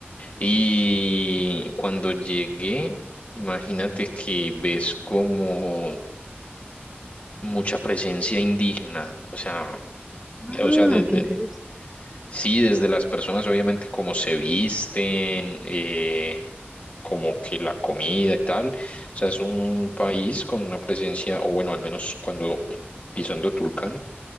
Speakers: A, on the left; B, in the centre.
A: Y cuando llegué, imagínate que ves como mucha presencia indígena, o sea...
B: Ah,
A: O sea, de, de-
B: qué interesante.
A: Sí, desde las personas, obviamente, cómo se visten, eh, como que la comida y tal. O sea, es un país con una presencia, o bueno, al menos cuando pisando Tulcán,